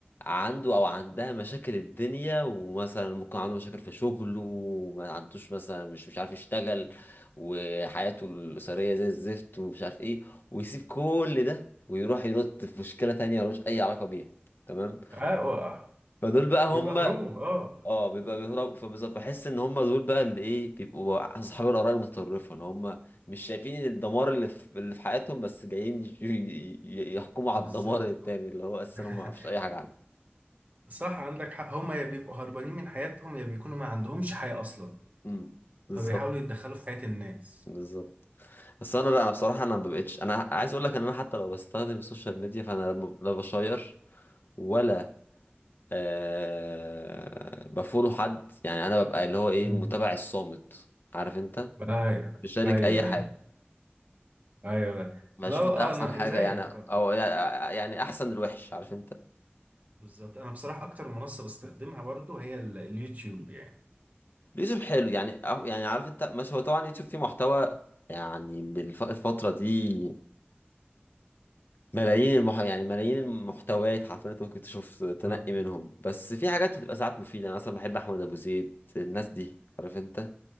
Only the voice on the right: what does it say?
اه آه.
بيبقى
هروب اه
بالظبط
<laughs>
صح عندك حق هما يا بيبقوا هربانين من حياتهم يا بيكونوا ما عندهمش حياة أصلا
فبيحاولوا يتدخلوا في حياة الناس
مم.
ايوه
ايوه
ايوه
ايوه لا
لا اه
انا
انا زيك
برضه
بالظبط انا بصراحه اكتر منصه بستخدمها برضه هي ال- اليوتيوب يعني
اه